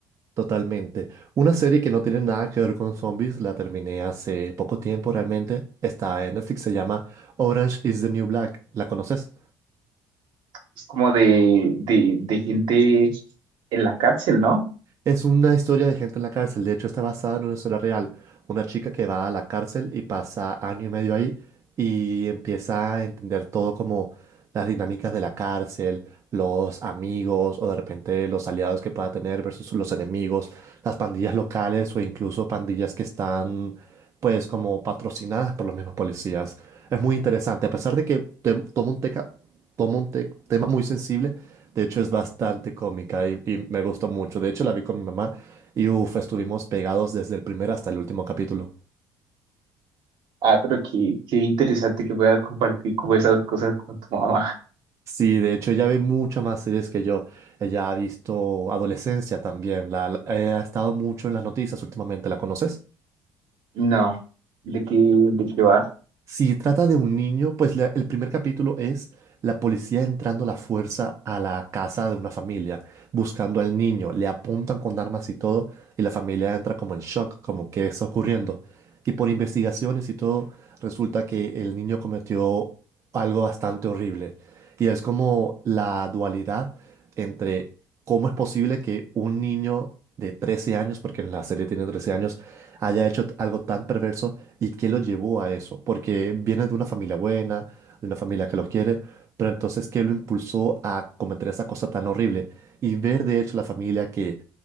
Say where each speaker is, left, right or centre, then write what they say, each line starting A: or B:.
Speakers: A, on the right; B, on the right.
A: Totalmente. Una serie que no tiene nada que ver con zombies, la terminé hace poco tiempo realmente. Está en Netflix, se llama Orange is the New Black. ¿La conoces?
B: Es como de, de, de gente en la cárcel, ¿no?
A: Es una historia de gente en la cárcel. De hecho, está basada en una historia real. Una chica que va a la cárcel y pasa año y medio ahí y empieza a entender todo como las dinámicas de la cárcel, los amigos o de repente los aliados que pueda tener versus los enemigos, las pandillas locales o incluso pandillas que están pues como patrocinadas por los mismos policías. Es muy interesante. A pesar de que te- toma un, teca- toma un te- tema muy sensible, de hecho, es bastante cómica y, y me gustó mucho. De hecho, la vi con mi mamá y uff, estuvimos pegados desde el primer hasta el último capítulo.
B: Ah, pero qué, qué interesante que puedas compartir como esas cosas con tu mamá. <laughs>
A: Sí, de hecho, ella ve muchas más series que yo. Ella ha visto Adolescencia también. La, la- eh, ha estado mucho en las noticias últimamente. ¿La conoces?
B: No, ¿de qué, de qué va?
A: Si trata de un niño, pues la- el primer capítulo es la policía entrando a la fuerza a la casa de una familia, buscando al niño, le apuntan con armas y todo, y la familia entra como en shock, como qué está ocurriendo. Y por investigaciones y todo, resulta que el niño cometió algo bastante horrible. Y es como la dualidad entre cómo es posible que un niño de 13 años, porque en la serie tiene 13 años, haya hecho algo tan perverso ¿Y qué lo llevó a eso? Porque viene de una familia buena, de una familia que lo quiere, pero entonces, ¿qué lo impulsó a cometer esa cosa tan horrible? Y ver de hecho la familia que,